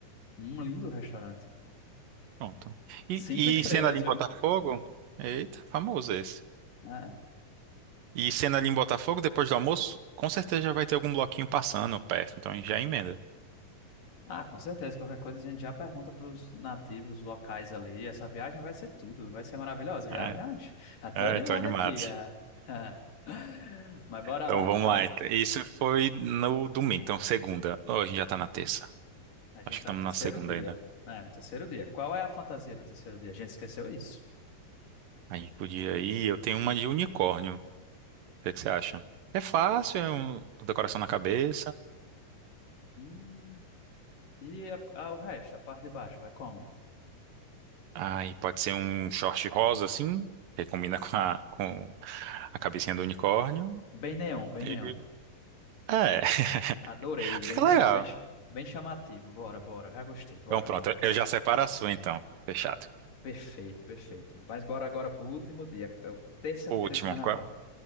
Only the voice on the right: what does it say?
Pronto. E,
e cena ali em
Botafogo? Eita, famoso esse.
E cena ali em Botafogo, depois do almoço, com certeza já vai ter algum bloquinho passando perto, então já emenda.
É,
é, tô animado.
Então
vamos
lá.
então. Isso foi no domingo, então segunda. Hoje a gente já tá na terça.
Acho que
estamos
na segunda
ainda.
A gente podia ir. Eu tenho uma de unicórnio. O que é que você acha? É fácil, é um- decoração na cabeça.
Aí pode ser um short rosa assim, que combina com a, com a cabecinha do unicórnio.
E-
É, <laughs>
fica
legal.
Então pronto,
eu já separo a sua então. Fechado.
O último,
qual,